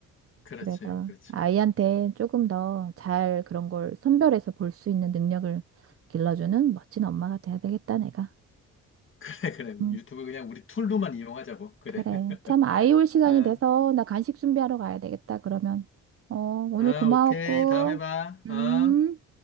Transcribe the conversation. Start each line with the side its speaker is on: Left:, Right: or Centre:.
Left: 그렇지,
Right: 그래서
Left: 그렇지.
Right: 아이한테 조금 더 잘 그런 걸 선별해서 볼 수 있는 능력을 길러주는 멋진 엄마가 돼야 되겠다, 내가.
Left: <laughs> 그래, 그래.
Right: 응.
Left: 유튜브 그냥 우리 툴로만 이용하자고. 그래.
Right: 그래.
Left: <laughs>
Right: 참, 아이 올 시간이
Left: 어,
Right: 돼서 나 간식 준비하러 가야 되겠다, 그러면. 어, 오늘
Left: 어,
Right: 고마웠고,
Left: 오케이. 다음에 봐.
Right: 음.
Left: 어.